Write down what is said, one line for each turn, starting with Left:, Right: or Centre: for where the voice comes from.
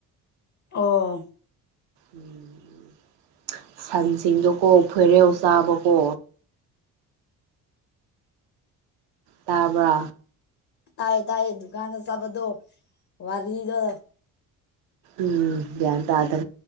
Left: ꯑꯣ
Right: ꯎꯝ ꯁꯟꯁꯤꯡꯗꯣꯀꯣ ꯐꯣꯏꯔꯦꯧ ꯆꯥꯕꯀꯣ ꯇꯥꯕ
Left: ꯇꯥꯌꯦ ꯇꯥꯌꯦ ꯗꯨꯀꯥꯟ ꯆꯕꯗꯨꯣ ꯋꯥꯔꯤꯗ
Right: ꯎꯝ ꯒ꯭ꯌꯥꯟ ꯇꯥꯗ꯭ꯔꯦ